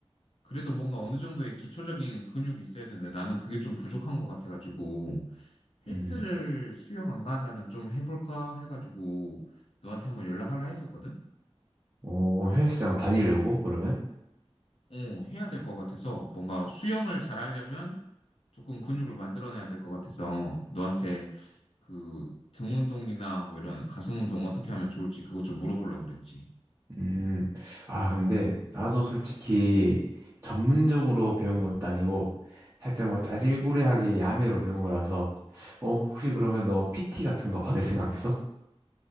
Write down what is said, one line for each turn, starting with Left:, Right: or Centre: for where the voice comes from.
Left: 그래도 뭔가 어느 정도의 기초적인 근육이 있어야 되는데 나는 그게 좀 부족한 것 같아가지고 헬스를
Right: 음.
Left: 수영 안 가는 날은 좀 해볼까 해가지고 너한테 한번 연락할라 했었거든?
Right: 오, 헬스장 다니려고 그러면?
Left: 어, 해야 될 것 같아서 뭔가 수영을 잘하려면 조금 근육을 만들어내야 될 것 같아서 너한테 그 등 운동이나 뭐 이런 가슴 운동 어떻게 하면 좋을지 그것 좀 물어보려고 그랬지.
Right: 음. 아, 근데 나도 솔직히 전문적으로 배운 것도 아니고 살짝 뭐 짜질구레하게 야매로 배운 거라서 어, 혹시 그러면 너 PT 같은 거 받을 생각 있어?